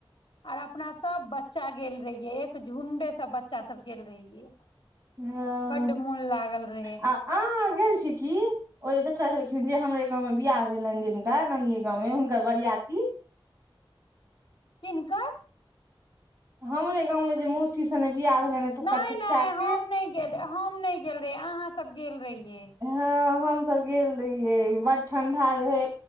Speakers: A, on the left (about 65°); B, on the right (about 35°).
A: आर अपना सब बच्चा गेल रहियै एक झुंडे स बच्चा सब गेल रहियै
B: हँ
A: बड्ड मोन लागल रहे
B: आ आहाँ गेल छी की ओ जे चचा छलखिन जे हमरे गाँवमे बियाह भेलनि जिनका नानिये गाँवमे हुनकर बरियाती
A: किनकर
B: हमरे गाँंवमे जे मौसी सने बियाह भेलनि एतुका
A: नहि
B: चच्चा
A: नहि
B: के
A: हम नहि हम नहि गेल रहि अहाँ सब गेल रहियै
B: हँ हमसब गेल रहियै बड़ ठंडा रहै